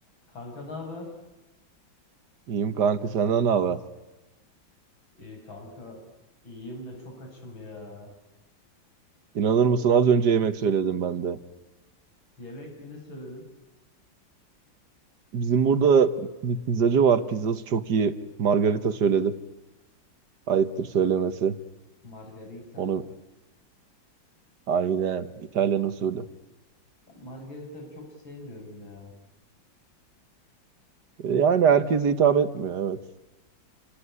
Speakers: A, on the left; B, on the right.
A: Kanka ne haber?
B: İyiyim kanka senden ne haber?
A: İyi kanka. İyiyim de çok açım ya.
B: İnanır mısın az önce yemek söyledim ben de.
A: Yemek mi ne söyledin?
B: Bizim burada bir pizzacı var. Pizzası çok iyi. Margarita söyledim. Ayıptır söylemesi.
A: Margarita.
B: Onu aynen İtalyan usulü.
A: Ben margarita çok sevmiyorum ya.
B: E, Yani herkese hitap etmiyor evet.